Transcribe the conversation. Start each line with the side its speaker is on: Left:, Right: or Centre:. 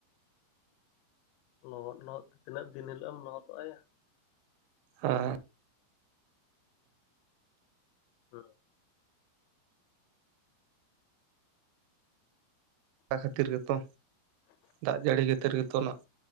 Left: ᱞᱚᱦᱚᱫ ᱞᱚᱦᱚᱫ ᱛᱮ ᱛᱤᱱᱟᱹᱜ ᱫᱤᱱ ᱦᱤᱞᱳᱜ ᱮᱢ ᱞᱚᱦᱚᱫᱚᱜ-ᱟ ᱭᱟ᱾
Right: ᱦᱮᱸ᱾
Left: ᱦᱩᱸ᱾
Right: ᱚᱱᱟ ᱠᱷᱟᱹᱛᱤᱨ ᱜᱮᱛᱚ ᱫᱟᱜ ᱡᱟᱹᱲᱤ ᱠᱷᱟᱛᱤᱨ ᱜᱮᱛᱚ ᱱᱟᱜ